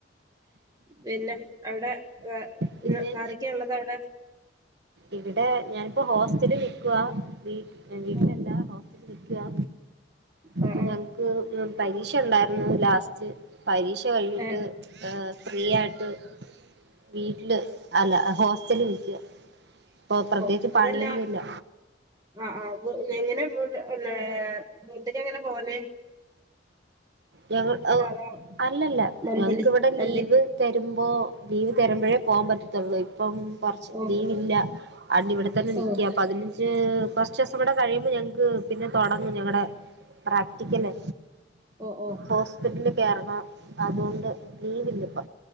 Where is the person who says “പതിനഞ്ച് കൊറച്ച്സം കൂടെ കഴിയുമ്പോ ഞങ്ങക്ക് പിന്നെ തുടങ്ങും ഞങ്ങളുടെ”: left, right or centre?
Right